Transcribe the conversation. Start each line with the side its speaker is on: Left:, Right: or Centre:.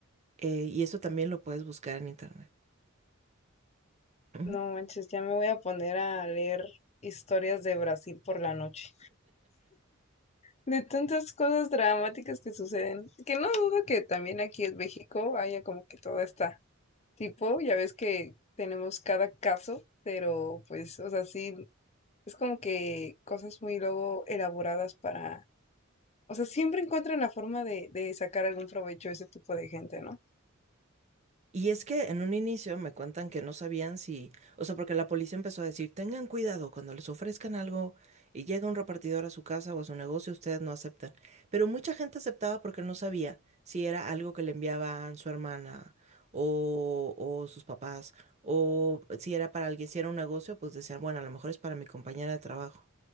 Right: Eh, y eso también lo puedes buscar en internet. Ujú.
Left: No manches, ya me voy a poner a leer historias de Brasil por la noche. De tantas cosas dramáticas que suceden. Que no dudo que también aquí en México haya como que todo está tipo, ya ves que tenemos cada caso, pero pues, o sea, sí, es como que cosas muy luego elaboradas para O sea, siempre encuentran la forma de, de sacar algún provecho a ese tipo de gente, ¿no?
Right: Y es que en un inicio me cuentan que no sabían si, o sea, porque la policía empezó a decir, tengan cuidado cuando les ofrezcan algo y llega un repartidor a su casa o a su negocio, ustedes no aceptan. Pero mucha gente aceptaba porque no sabía si era algo que le enviaban su hermana o, o sus papás, o si era para alguien, si era un negocio, pues decían, bueno, a lo mejor es para mi compañera de trabajo